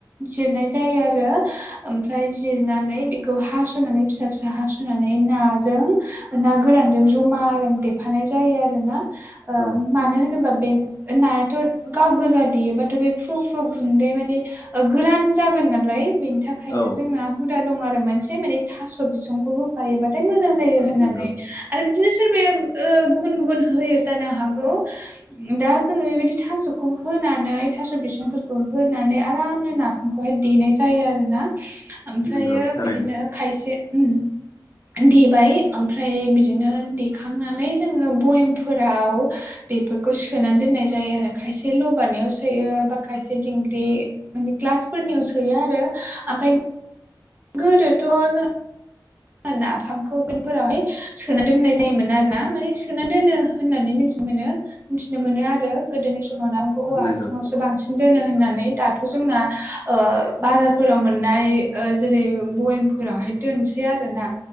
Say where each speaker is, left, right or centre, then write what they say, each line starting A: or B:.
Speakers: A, on the right; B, on the left.
A: जिरनाय जायो आरो ओमफ्राय जिरनानै बेखौ हास'नानै फिसा फिसा हास' नानै नाजों ना गोरानजों जमा आराम देफानाय जायो आरो ना। ओ
B: औ
A: मानो होनोबा बे नायाथ' गाव गोजा देयोबाथ' बे फ्रु फ्रु गुन्दै माने गोरान जागोन नालाय बेनि था खायनो
B: औ
A: जोंना हुदा दं आरो मोनसे माने थास' बिसंखौ हो योबाथाय मोजां जायो होननानै
B: नंगौ
A: आरो बिदिनो सोरबाया गुबन गुबन होयो। जानो हागौ। दा जोङो बेबायदि थास'खौ होनानै थास' बिसंफोरखौ होनानै आरामनो ना खौहाय देनाय जायो आरो ना ओमफ्रायो
B: नंगौ थारैनो
A: बिदिनो खायसे उम देबाय ओमफ्राय बिदिनो देखांनानै जोङो बयमफो फोराव बेफोरखौ सोनानै दोननाय जायो आरो खायसे लबानायाव सोयो बा खायसे दिंग्रि माने क्लास फोरनियाव सोयो आरो ओमफ्राय गोदोथ' जों नाफामखौफोरावहाय सोना दोननाय जायोमोन आरो ना माने सोना दोनो होननानै मिथि मोनो। मिथिनो मोनो आरो गोदोनि समाव नाखौ औवा
B: नंगौ
A: हाासुङावसो बांसिन। दोनो होननानै दाथ' जोंना बाजारफोराव मोननाय जेरै बयम फोरावहाय दोनसै आरो ना।